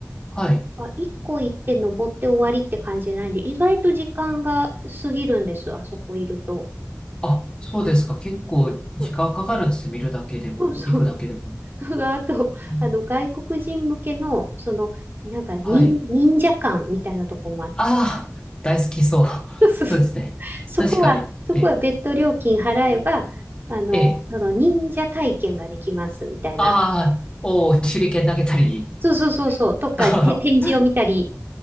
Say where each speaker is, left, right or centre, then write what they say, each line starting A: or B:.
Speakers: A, on the left; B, on the right.
A: はい。
B: あ、一個行って登って終わりって感じじゃないんで、意外と時間が過ぎるんです、あそこいると。
A: あ、そうですか。結構時間かかるんですよ。
B: うん
A: 見るだけでも、
B: そうそう。
A: 行くだけでもね。
B: <laughs> それがあと、
A: うん、
B: あの、外国人向けの、その、なんか忍、
A: はい。
B: 忍者館みたいなとこもあって、
A: ああ、大好きそう。<laughs>
B: そうそうそう
A: そうですね。
B: そこは、
A: 確かに。
B: そこは別途料金払えば、
A: ええ、
B: あの、
A: ええ、
B: その忍者体験ができますみたいな。
A: ああ、おー、手裏剣投げたり。
B: そうそうそうそう。とか、
A: <laughs> あー
B: て展示を見たり、